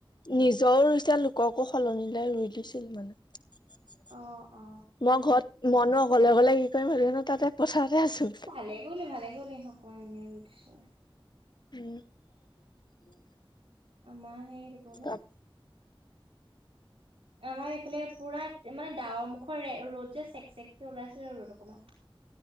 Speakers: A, on the left; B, on the right.
A: নিজৰো ৰুইচা, লোককো সলনি লই ৰুই দিছিল মানে‌
B: অ অ
A: মই ঘৰত‌ মইনো অকলে অকলে কি কৰিম, হেটো কাৰনে তাতে পথাৰতে আছোঁ।
B: ভালে কৰিলি, ভালে কৰিলি, অকণমান এনে ৰুই দিছোঁ।
A: উম,
B: আমাৰ সেই দেখবলে
A: তাৰ
B: আমাৰ এইফালে পুৰা মানে ডাৱৰ মুখৰ ৰ'দ যে, চেক চেককে ওলাইছিলে ৰ'দ অকণমান